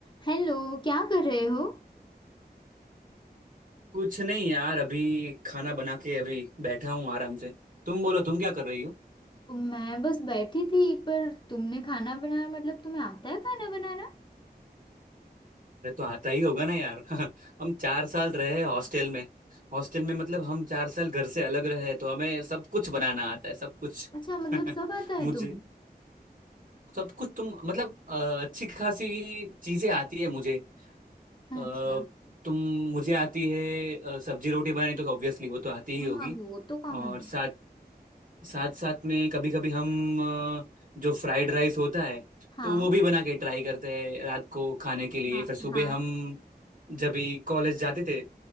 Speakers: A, on the left; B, on the right.
A: Hello क्या कर रहे हो
B: कुछ नहीं यार अभी खाना बना के अभी बैठा हूँ आराम से तुम बोलो तुम क्या कर रही हो
A: मैं बस बैठी थी पर तुमने खाना बनाया मतलब तुम्हें आता है खाना बनाना
B: अरे तो आता ही होगा ना यार <laughs> हम चार साल रहे हॉस्टल में हॉस्टल में मतलब हम चार साल घर से अलग रहे तो हमें सब कुछ बनाना आता है सब कुछ
A: अच्छा मतलब
B: <laughs>
A: सब आता है
B: मुझे
A: तुम्हें
B: सब कुछ तुम मतलब अ, अच्छी खासी चीजें आती है मुझे
A: अच्छा
B: अ, तुम मुझे आती है अ, सब्जी रोटी बनानी तो ऑब्वियसली वो तो आती ही
A: हम्म,
B: होगी
A: हाँ वो तो कॉमन
B: और
A: है
B: साथ साथ साथ में कभी कभी हम अ, जो फ्राइड राइस होता है
A: हाँ
B: तो वो भी बना के ट्राई करते हैं रात को खाने के लिए
A: हाँ
B: फिर सुबह
A: हाँ
B: हम जब भी कॉलेज जाते थे